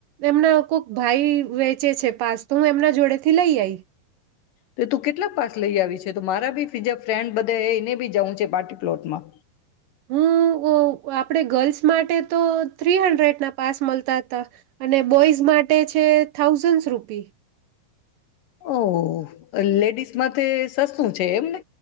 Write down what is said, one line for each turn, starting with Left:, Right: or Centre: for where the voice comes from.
Right: એમના કોક ભાઈ વે ચે છે પાસ, તો હું એમના જોડે થી લઈ આઈ.
Left: તો તું કેટલાક પાસ લઈ આવી છે, તું મારા બી બીજા ફ્રેન્ડ બધા એ એને બી જઉં છે પાર્ટી પ્લોટમાં?
Right: હું અ આપ ણે ગર્લ્સ માટે તો થ્રી હન્ડ્રેડના પાસ મલતા હતા. અને બોઈઝ માટે છે થાઉઝડસ રૂપી.
Left: ઓ હો હો, અ લેડીસ માંથે સસ્તું છે એમને?